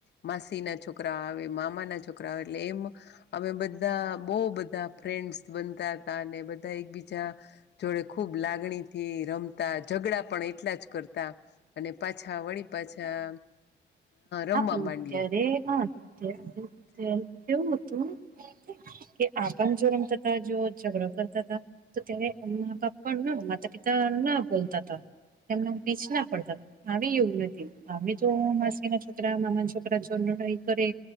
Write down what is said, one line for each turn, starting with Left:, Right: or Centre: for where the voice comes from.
Left: માસી ના છોકરા આવે મામા ના છોકરા આવે એટલે એમ અમે બધા બહુ બધા ફ્રેન્ડસ બનતા હતા અને બધા એકબીજા જોડે ખૂબ લાગણીથી રમતા ઝઘડા પણ એટલા જ કરતા અને પાછા વળી પાછા રમવા
Right: હા પણ
Left: માંડીએ
Right: અત્યારે હા અ્યારે અત્યારે કેવું હતું કે આપણ જો રમતા હતા જો ઝઘડો કરતા હતા તો ત્યારે મા બાપ પણ માતા પિતા ના બોલતા હતા એમને પીચ ના પડતા આવી એવું હતી આવી તો માસી છોકરા મામા છોકરા જોો લડાઈ કરે